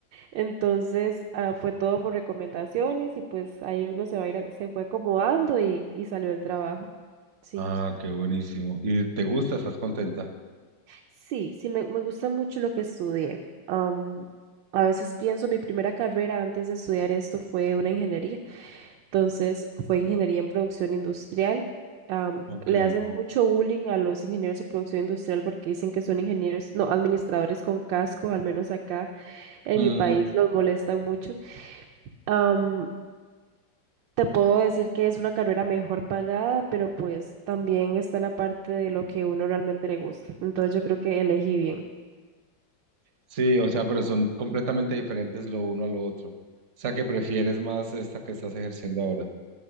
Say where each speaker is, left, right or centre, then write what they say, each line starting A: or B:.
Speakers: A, on the right (about 75°); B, on the right (about 55°).
A: Entonces, ah, fue todo por recomendaciones y pues ahí uno se va a ir, a- se fue acomodando y, y salió el trabajo. Sí,
B: Ah, qué buenísimo. ¿Y te gusta? ¿Estás contenta?
A: sí, sí, me, me gusta mucho lo que estudié. Am, a veces pienso, mi primera carrera antes de estudiar esto fue una ingeniería. Entonces fue ingeniería en producción industrial. Am,
B: Ok.
A: le hacen mucho bullying a los ingenieros de producción industrial porque dicen que son ingenieros, no, administradores con casco, al menos acá en
B: Mm,
A: mi país los molestan mucho. Am, te puedo decir que es una carrera mejor pagada, pero pues también está la parte de lo que uno realmente le gusta. Entonces yo creo que elegí bien.
B: Sí, o sea, pero son completamente diferentes lo uno a lo otro. O sea, que prefieres más esta que estás ejerciendo ahora.